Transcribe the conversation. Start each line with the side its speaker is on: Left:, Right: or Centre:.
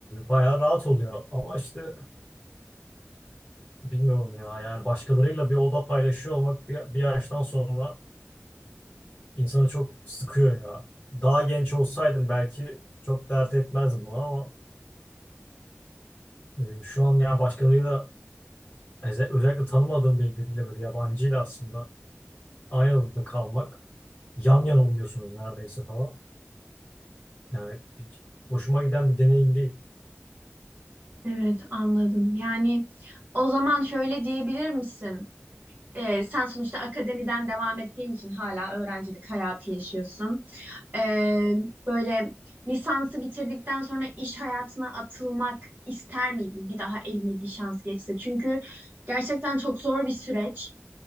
Left: bayağı rahat oluyor. Ama işte bilmiyorum ya. Yani başkalarıyla bir oda paylaşıyor olmak bir, bir yaştan sonra insanı çok sıkıyor ya. Daha genç olsaydım belki çok dert etmezdim bunu ama e, şu an ya başkalarıyla özel- özellikle tanımadığım birileriyle böyle yabancıyla aslında aynı odada kalmak yan yana uyuyorsunuz neredeyse falan. Yani hiç hoşuma giden bir deneyim değil.
Right: Evet anladım. Yani o zaman şöyle diyebilir misin? Ee, sen sonuçta akademiden devam ettiğin için hala öğrencilik hayatı yaşıyorsun. Ee, böyle lisansı bitirdikten sonra iş hayatına atılmak ister miydin bir daha eline bir şans geçse? Çünkü gerçekten çok zor bir süreç.